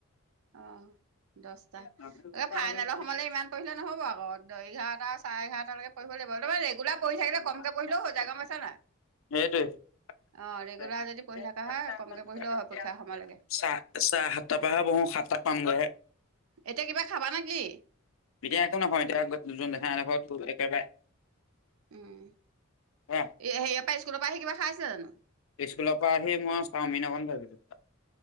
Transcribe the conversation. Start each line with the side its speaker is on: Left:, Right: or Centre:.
Right: আহ দহটা,
Left: সেইটোৱে
Right: ফাইনেলৰ সময়লৈ ইমান পঢ়িলে নহ'ব আ অ দ এঘাৰটা চাৰে এঘাৰটাটালৈকে পৰিঢ়িব লাগিব।
Left: সেইটোৱে
Right: তাৰমানে ৰেগুলাৰ পঢ়ি থাকিলে
Left: চাহ
Right: কমকে পঢ়িলেও হৈ যায় গম পাইছা
Left: চাহ
Right: নাই?
Left: সাতটা
Right: অ'
Left: পৰাহে
Right: ৰেগুলাৰ যদি পঢ়ি থকা
Left: বহো
Right: হয় কমকে পঢ়িলেও হয়
Left: সাতটা
Right: পৰীক্ষাৰ সময়লৈকে।
Left: পাম গৈহে।
Right: এতিয়া কিবা খাবা নেকি?
Left: এতিয়া একো নহয় এতিয়া যোন দেখা এডখৰ একেবাৰে
Right: উম
Left: হা
Right: হেৰিয়াৰ পৰা স্কুলৰ পৰা আহি কিবা খাইছিলা জানো।
Left: স্কুলৰ পৰা আহি মই চাওঁমিন অকন ভাবিলো ।